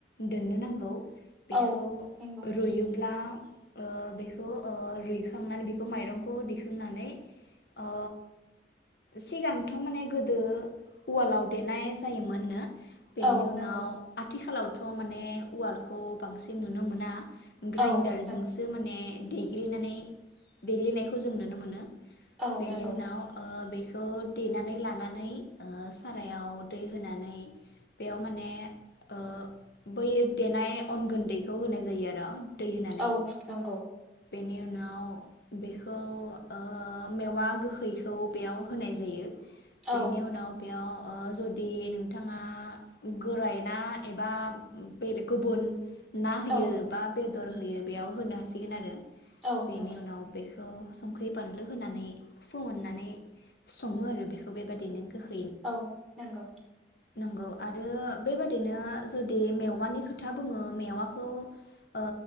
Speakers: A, on the left (about 60°); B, in the centre.
A: दोननो नांगौ। बेखौ
B: औ नंगौ
A: रुइयोब्ला ओ बेखौ ओ रुइखांनानै बेखौ माइरंखौ दिखांनानै ओ सिगांथ माने गोदो उवालाव देनाय जायोमोननो। बेनि
B: औ
A: उनाव
B: नंगौ
A: आथिखालाव थ' माने उवालखौ बांसिन नुनो मोना। ग्राइनडार
B: औ नंगौ
A: जोंसो माने देग्लिनानै देग्लिनायखौ जों नुनो मोनो।
B: औ
A: बेनि
B: नंगौ
A: उनाव ओ बे बेखौ देनानै लानानै ओ सारायाव दै होनानै बेयाव माने ओ बै देनाय अन गुन्दैखौ होनाय जायो आरो। दै होनानै
B: औ नंगौ।
A: बेनि उनाव बेखौ ओ मेवा गोखैखौ बेयाव होनाय जायो।
B: औ
A: बेनि उनाव याव ओ जुदि नोंथाङा गोरायना एबा बेलेग गुबुन ना होयो
B: औ
A: बा बे दर होयो बेयाव होनो हासिगोन आरो बेनि
B: औ नंगौ
A: उनाव बेखौ संख्रि बानलु होनानै फोमोननानै सङो आरो बेखौ बेबायदिनो गोखो
B: औ नंगौ।
A: नंगौ आरो बेबादिनो जुदि मेवानि खोथा बुङो मेवाखौ ओ